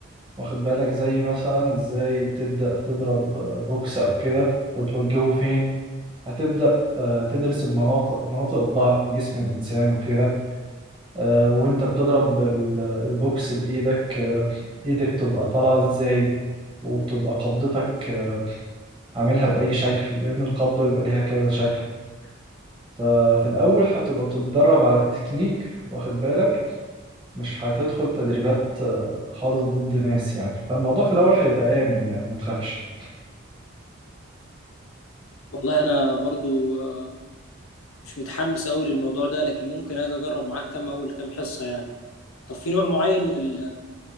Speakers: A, on the right; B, on the left.
A: واخد بالك زي مثلا ازاي تبدأ تضرب آه، بوكس أو كده وتوجهه فين هتبدأ آه، تدرس المناطق مناطق الضعف في جسم الإنسان وكده آه، وانت بتضرب ال- البوكس بايدك آه، ايدك تبقى طالعه ازاي وتبقى قبضتك آه، عاملها باي شكل لان القبضه بيبقى ليها كذا شكل ففي الاول هتبقى بتتدرب على التكنيك واخد بالك مش هتدخل تدريبات آه، خالص ضد ناس يعني فالموضوع في الاول هيبقى امن يعني ما تخافش
B: والله انا برضو آه، مش متحمس قوي للموضوع ده لكن ممكن اجي اجرب معاك كام اول كام حصة يعني طب في نوع معين من ال-